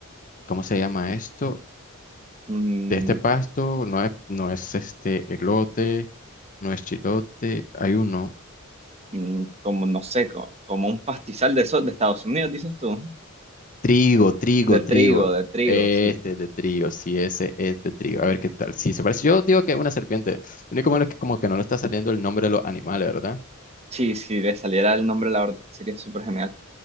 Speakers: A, on the left; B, on the right.
A: ¿cómo se llama esto?
B: Mm,
A: De este pasto, no es, no es este elote, no es chilote, hay uno.
B: mm, como, no sé, co- como, un pastizal de esos de Estados Unidos, dices tú.
A: Trigo, trigo,
B: De trigo,
A: trigo.
B: de trigo,
A: Este
B: sí.
A: es de trigo, sí, ese es de trigo. A ver qué tal. Sí, se parece. Yo digo que es una serpiente. Lo único malo es que como que no le está saliendo el nombre de los animales, ¿verdad?
B: Sí, si le saliera el nombre, la verdad es que sería súper genial.